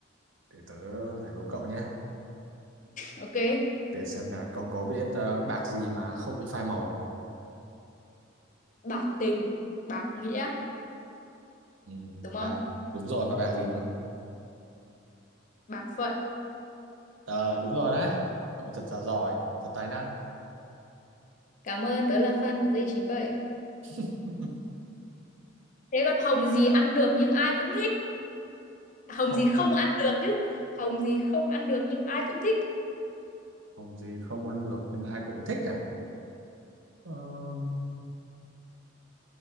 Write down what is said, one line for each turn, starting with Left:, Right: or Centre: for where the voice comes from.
Right: để tớ lại đố cậu nhé
Left: Ok,
Right: để xem là cậu có biết ờ, bạc gì mà không bị phai màu không
Left: bạc tình, bạc nghĩa,
Right: ừ.
Left: đúng không?
Right: đúng rồi và bạc gì nữa
Left: Bạc phận.
Right: Ờ đúng rồi đấy cậu thật là giỏi thật tài năng
Left: Cảm ơn, tớ là fan của dây chín bảy
Right: <laughs>
Left: Thế còn hồng gì ăn được nhưng ai cũng thích. Hồng
Right: không
Left: gì không ăn được chứ. Hồng gì không ăn được nhưng ai cũng thích.
Right: hồng gì không ăn được nhưng ai cũng thích à ờ,